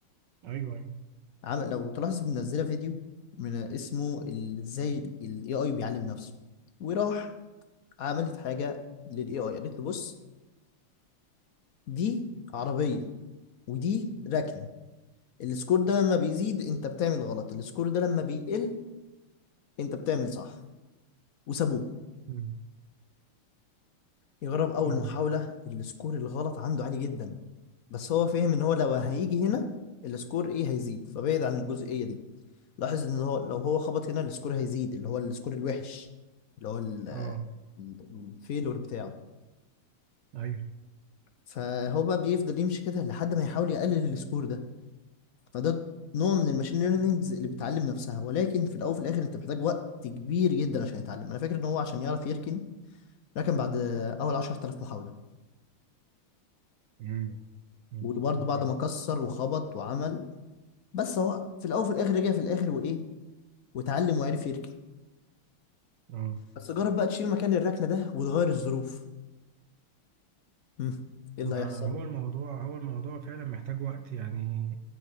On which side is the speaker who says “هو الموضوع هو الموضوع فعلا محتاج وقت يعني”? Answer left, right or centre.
Right